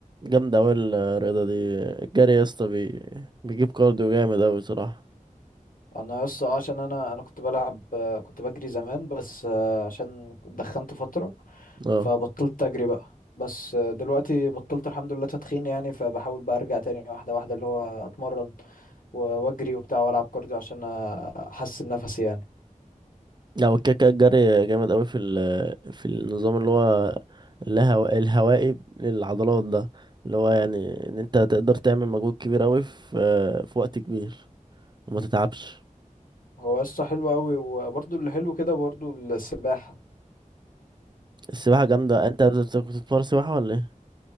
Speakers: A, on the right (about 35°); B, on the left (about 80°).
A: جامدة اوي الرياضة دي الجري يا اسطى بي... بيجيب كارديو جامد اوي بصراحة
B: انا يس آه، عشان انا انا كنت بلعب آه، كنت بجري زمان بس آه، عشان دخنت فترة
A: اه
B: فبطلت اجري بقى بس آه، دلوقتي بطلت الحمد لله تدخين يعني فبحاول بقى ارجع تاني واحدة واحدة اللي هو اتمرن و- واجري وبتاع والعب كارديو عشان احسن نفسي يعني
A: لا هو كده كده الجري جامد قوي في ال- في النظام اللي هو الهو... الهوائي للعضلات ده اللي هو يعني ان انت تقدر تعمل مجهود كبير قوي في في وقت كبير وما تتعبش
B: هو قصة حلوة قوي وبرضو اللي حلو كده برضو السباحة
A: السباحة جامدة انت بت- كنت بتتمرن سباحة ولا ايه